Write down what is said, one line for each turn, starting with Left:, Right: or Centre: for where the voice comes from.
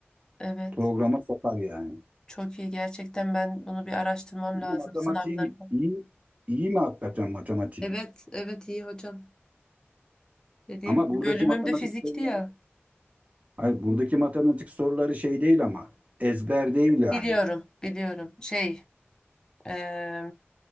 Left: Evet.
Right: Programa sokar yani.
Left: Çok iyi. Gerçekten ben bunu bir araştırmam
Right: Burada
Left: lazım.
Right: matematiğin
Left: Sınavları falan.
Right: iyi, iyi mi hakikaten matematiğin?
Left: Evet, evet iyi hocam. Dediğim
Right: Ama
Left: gibi
Right: buradaki
Left: bölümüm
Right: matematik
Left: de fizikti
Right: soruları,
Left: ya.
Right: hayır, buradaki matematik soruları şey değil ama ezber değil yani.
Left: Biliyorum, biliyorum. Şey, eee